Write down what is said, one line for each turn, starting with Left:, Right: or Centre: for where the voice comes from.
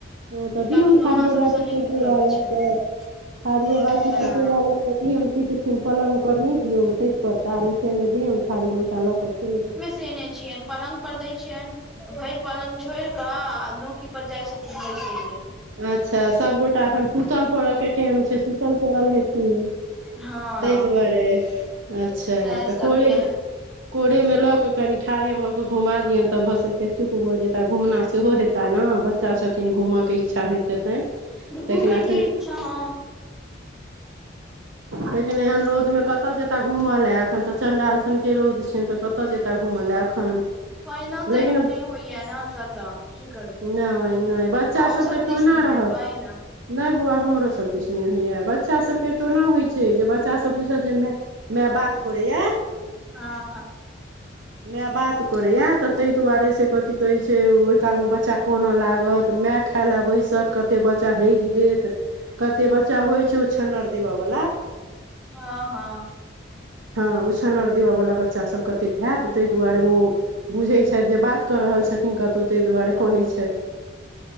Right: हँ तऽ
Centre: हिनका
Right: दियौन
Centre: खिलौना
Right: ने थारिए बाटी
Centre: सबसँ नहि
Right: कटोरा
Centre: नीक लगैत छनि
Right: लऽ कऽ। थारिए
Centre: हँ
Right: बाटी कटोरा लऽ कऽ दिऔन पिटथिन। पलङ्ग पर नहि दिऔन, खसि पड़ता आ नीचेमे दिऔन थारी लोटा लऽ कऽ खेलैत
Centre: सुतेने छियनि। पलङ्गपर दै छियनि तऽ भरि पलंङ्ग छोड़ि कऽ आ नोकीपर जाइ छथिन बैसय लेल।
Right: अच्छा, सभगोटा एखन सुतल पड़यके टाइम छै, सुतल पड़ल हेथिन।
Centre: हँ
Right: ताहि दुआरे। अच्छा,
Centre: सएह
Right: तऽ
Centre: सब
Right: कोरेमे
Centre: ये
Right: कोरेमे लऽ कऽ कनि ठाढ़े भऽ कऽ घुमा दिऔन तऽ भऽ सकैए चुप भऽ जेताह। घूमना सेहो हेता ने। बच्चा छथिन घूमयके इच्छा होइत हेतनि, लेकिन
Centre: घूमे
Right: अखनि
Centre: के इच्छा हँ
Right: लेकिन एहन रौदमे कतऽ जेता घूमय लेल। एखन ते चण्डाल सनके रौद छनि, तऽ कतय जेत- कतऽ घुमय लए एखन।
Centre: पाइनो तानि
Right: लेकिन
Centre: नहि होइए ने, तऽ एतय, की करबै।
Right: नहि नहि बच्चा
Centre: अहूँसभ
Right: सबके टोना
Centre: दिस नहि होइए
Right: रहत
Centre: पानि?
Right: नहि बौआ, हमरो सभ दिस नहि होइए। बच्चा सभके टोना होइत छै, जे बच्चासभ बुझत जे माए माए बात करैए
Centre: हँ।
Right: <inaudible> माए बात करैए, तऽ ताहि दुआरे से कथी कहैत छै, ओहि कालमे बच्चा कानय लागत। माए खाए लए बैसत, कतेक बच्चा हगि देत। कतेक बच्चा होइत छै उछन्नर देबयवला।
Centre: हँ हँ।
Right: हँ, उछन्नर देबयवला बच्चा सभ कतेक हएत। ताहि दुआरे ओ बुझैत छथि, जे बात कऽ रहल छथिन कतहु, ताहि दुआरे कनैत छथि।